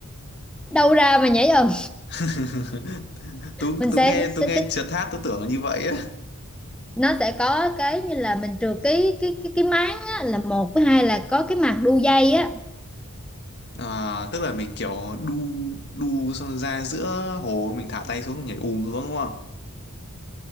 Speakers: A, in the centre; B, on the left.
A: đâu ra mà nhảy ầm
B: <laughs> tú
A: mình
B: tú
A: sẽ,
B: nghe tú
A: sẽ,
B: nghe
A: sẽ,
B: trượt hát tú tưởng là như vậy á
A: nó sẽ có cái như là mình trừ cái cái cái cái máng á, là một với hai là có cái màng đu dây á
B: à, tức là mình kiểu đu đu xong ra giữa hồ mình thả tay xuống nhảy ùm xuống đúng không